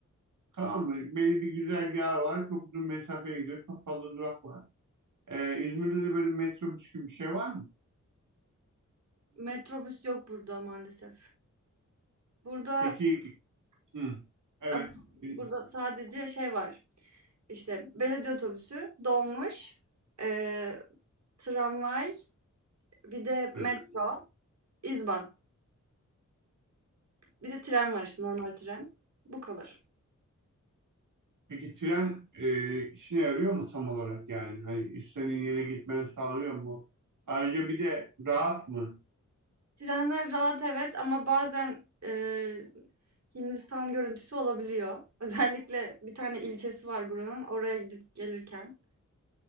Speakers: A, on the right; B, on the right.
A: Tamam mı? Belli bir güzergahı var. Çok uzun mesafeye gidiyor. Çok fazla durak var. E, İzmir'de de böyle metrobüs gibi bir şey var mı?
B: Metrobüs yok burada maalesef. Burada
A: Peki hı, evet.
B: a
A: Bilmiyorum.
B: burada sadece şey var, işte, belediye otobüsü, dolmuş, eee, tramvay, bir de
A: Evet.
B: metro, izban. Bir de tren var, işte, normal tren. Bu kadar.
A: Peki tren e, işine yarıyor mu tam olarak yani? Hani istediğin yere gitmeni sağlıyor mu? Ayrıca bir de rahat mı?
B: Trenler rahat evet ama bazen, eee, Hindistan görüntüsü olabiliyor. <laughs> Özellikle bir tane ilçesi var buranın, oraya gidip gelirken.